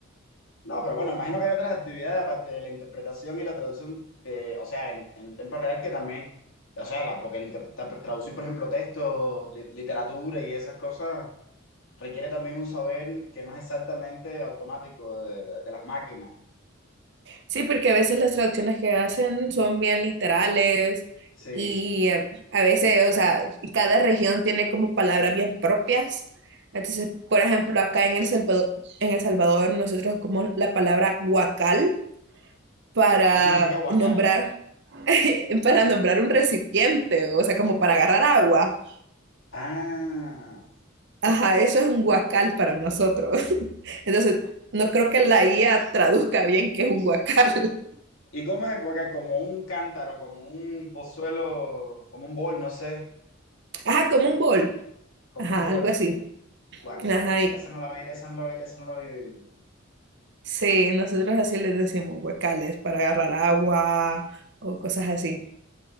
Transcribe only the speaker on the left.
No, pero bueno, imagino que hay otras actividades aparte de la interpretación y la traducción, de, o sea, en, en tiempo real que también, o sea, la- porque el interpretar, traducir, por ejemplo, textos, li- literatura y esas cosas, requiere también un saber que no es exactamente automático de, de- de las máquinas.
Sí.
¿Qué significa huacal?
Ah.
¿Y cómo es el huacal? Como un cántaro, como un pozuelo, como un bol, no sé,
como
un bol.
Huacal.
Esa no la había, esa no la, había- esa no la había oído.